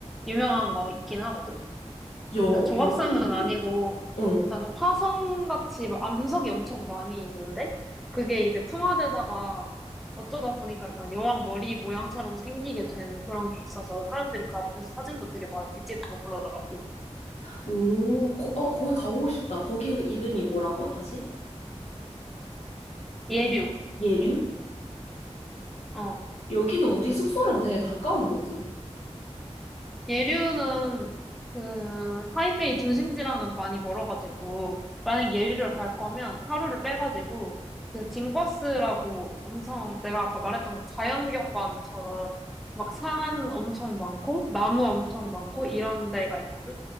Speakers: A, in the centre; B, on the left.
A: 유명한 거 있긴 하거든?
B: 여,
A: 그 조각상은
B: 여왕놀이?
A: 아니고
B: 응.
A: 약간 화성같이 막 암석이 엄청 많이 있는데 그게 이제 풍화되다가 어쩌다 보니까 약간 여왕 머리 모양처럼 생기게 된 그런 게 있어서 사람들이 그 앞에서 사진도 되게 많이 찍고 그러더라고.
B: 오, 거, 어, 거기 가보고 싶다. 거기 이름이 뭐라고? 다시?
A: 예류.
B: 예류?
A: 어.
B: 여기도 우리 숙소랑 되게 가까운 거지.
A: 예류는 그 타이베이 중심지랑은 많이 멀어가지고 만약 예류를 갈 거면 하루를 빼가지고 그 징과스라고 엄청 내가 아까 말했던 그 자연경관처럼 막 산 엄청 많고 나무 엄청 많고 이런 데가 있거든.